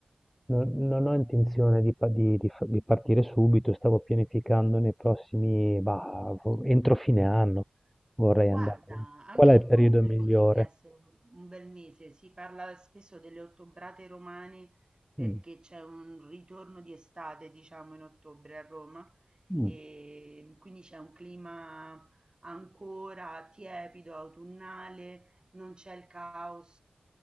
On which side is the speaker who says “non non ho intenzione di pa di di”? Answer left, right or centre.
Centre